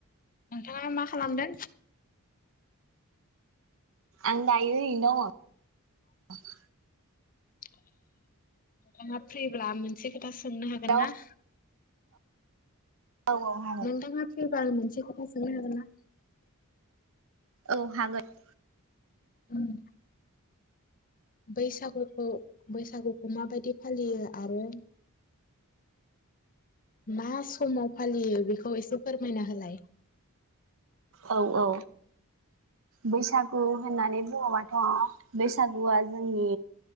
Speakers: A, on the left; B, on the right.
A: नोंथाङा मा खालामदों
B: आं दायो ओरैनो दङ
A: नोंथाङा फ्रिब्ला मोनसे सोंनो हागोन
B: दङ
A: ना
B: औ औ हागोन
A: नोंथाङा फ्रिब्ला आं मोनसे खोथा सोंनो हागोनना
B: औ हागोन
A: <unintelligible> बैसागुखौ बैसागुखौ माबायदि फालियो आरो मा समाव फालियो बेखौ एसे फोरमायना होलाय
B: औ औ बैसागु होननानै बुङोबाथ' बैसागुआ जोंनि